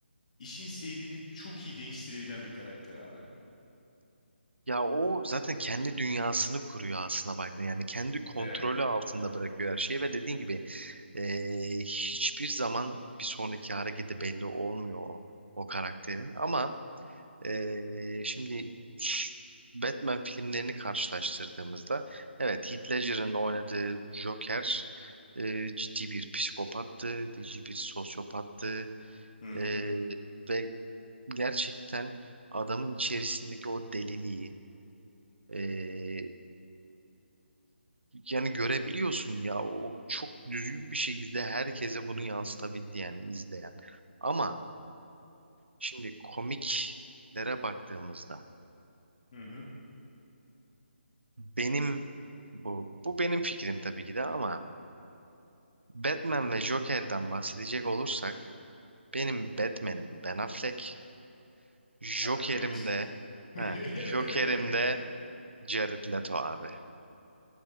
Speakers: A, on the left; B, on the right.
A: işin seyrini çok iyi değiştirebilen bir karakter abi.
B: ya o zaten kendi dünyasını kuruyor aslına baktığında. Yani kendi kontrolü
A: Evet.
B: altında bırakıyor her şeyi ve dediğin gibi e, hiçbir zaman bir sonraki hareketi belli olmuyor o, o karakterin. Ama e, şimdi ş- Batman filmlerini karşılaştırdığımızda evet Heath Ledger'ın oynadığı Joker e, ciddi bir psikopattı, ciddi bir sosyopattı.
A: Hı hı.
B: Ee, ve gerçekten adamın içerisindeki o deliliği ee, yani görebiliyorsun ya o çok düzgün bir şekilde herkese bunu yansıtabildi yani izleyen. Ama şimdi komiklere baktığımızda
A: Hı hı.
B: benim bu bu benim fikrim tabii ki de ama Batman ve Joker'den bahsedecek olursak benim Batman'im Ben Affleck, Joker'im
A: Hadi buyur.
B: de
A: <laughs>
B: he, Joker'im de Jared Leto abi.